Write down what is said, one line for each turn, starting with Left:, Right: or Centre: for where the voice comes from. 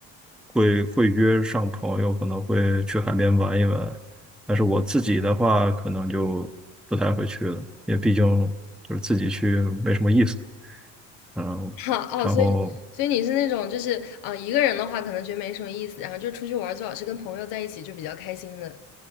Centre: 会会约上朋友，可能会去海边玩一玩，但是我自己的话，可能就不太会去了，因为毕竟就是自己去没什么意思，嗯，
Left: <laughs> 哈哦，
Centre: 然后
Left: 所以所以你是那种就是啊、呃一个人的话可能觉得没什么意思，然后就是出去玩儿最好是跟朋友在一起就比较开心的。